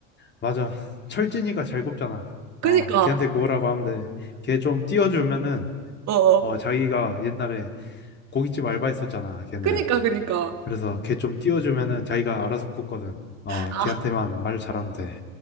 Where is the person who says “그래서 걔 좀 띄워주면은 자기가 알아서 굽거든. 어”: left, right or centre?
Left